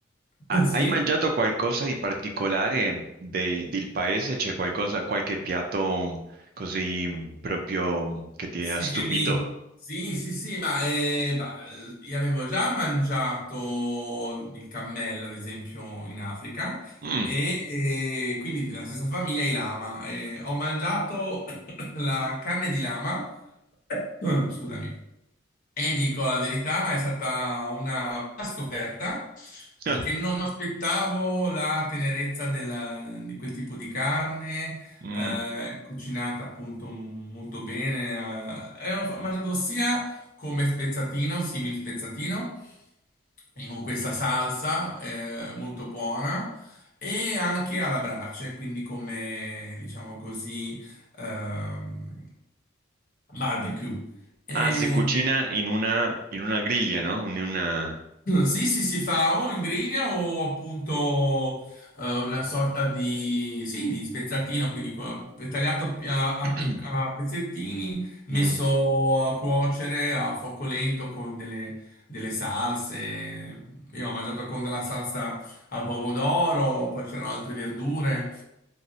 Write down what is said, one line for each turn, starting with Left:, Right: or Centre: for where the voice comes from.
Right: ha-
Left: <laughs> Sì.
Right: hai mangiato qualcosa di particolare de- del paese? C'è qualcosa, qualche piatto mm, così mm, proprio mm, che ti
Left: Sì,
Right: ha stupito?
Left: che mi... Sì, sì, sì, ma eh, bah, eh, io avevo già mangiato il cammello, ad esempio, in Africa,
Right: Mm.
Left: e, eh, quindi della stessa famiglia i lama. Eh, ho mangiato <coughs> la carne di lama, <coughs> scusami, e dico la verità, è stata una una scoperta. Perché
Right: <laughs>
Left: non mi aspettavo la tenerezza della- di quel tipo di carne,
Right: Mm.
Left: eh, cucinata appunto molto bene. eh. E ho fa- mangiato sia come spezzatino, simil spezzatino, e con questa salsa eh, molto buona, e anche alla brace, quindi come, diciamo così, ehm, barbecue. E
Right: Ah, si cucina in una, in una griglia, no? In una...
Left: sì, sì, si fa o in griglia o appunto eh, una sorta di, sì, di spezzatino, quindi co- tagliato a, pi- a- a
Right: <clears throat>
Left: pic- a pezzettini, messo
Right: Mm.
Left: a cuocere a fuoco lento con delle, delle salse. Io ho mangiato con della salsa al pomodoro, poi c'erano altre verdure.